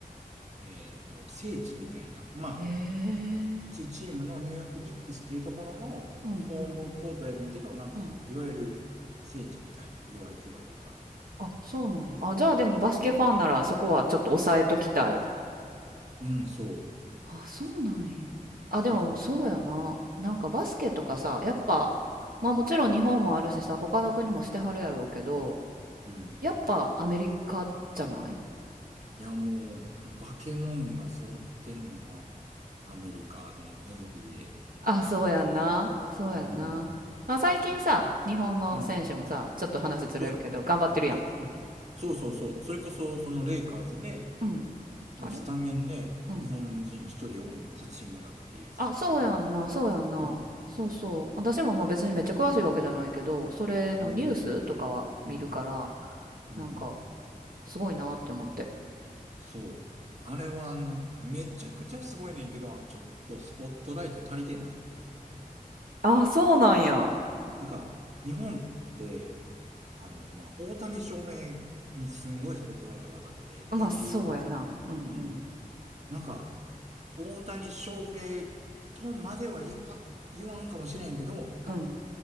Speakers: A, on the right; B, on the right.
A: えっと、聖地みたいな。まあ、
B: へえ。
A: 一チームのニューヨークニックスっていうところのホームコートやねんけど、
B: うんうん
A: なんか、
B: うん。
A: いわゆる聖地みたいに言われてはいるかな。
B: あ、そうなんや。あ、じゃあでもバスケファンならそこはちょっと抑えときたい。
A: うん、そう。
B: あ、そうなんや。
A: 行きたい。
B: あ、
A: そ
B: でもそうやな。なんかバスケとかさ、やっぱ、まあもちろん日本もあるしさ、他の国もしてはるやろうけど、
A: う。うん。
B: やっぱアメリカじゃない
A: いや、もう、バケモンが揃ってんのが、アメリカの NBA。
B: あ、そうやんな。そうやんな。
A: うん。
B: まあ、最近さ、
A: うん。
B: 日本の選手もさ、
A: うん
B: ちょっと話ずれるけど、
A: そうやね。
B: 頑張ってるやん。
A: そうそうそう。そうそうそう。それこそ、そのレイカーズで、
B: うん。
A: もうスタメンで日本人一人おんねん。
B: あれうん。
A: 八村っていう選手が。
B: あ、そうやんな。そうやんな。
A: そうそうそ
B: そうそう。私もまあ別にめっちゃ詳しいわけじゃないけど、それのニュースとかは見るから、
A: う。うん。うん。うん。
B: なんか、すごいなって思って。
A: そう。あれはな、めちゃくちゃすごいねんけど、ちょっとスポットライト足りてないって思う。
B: あ、そうなんや。
A: なんか、日本って、あの、今、大谷翔平にすんごいスポットライトが当たってて、
B: まあ、
A: 野球、
B: そうやな。うんうん。
A: うん。なんか、大谷翔平とまではいか、言わんかもしれんけど、
B: うん。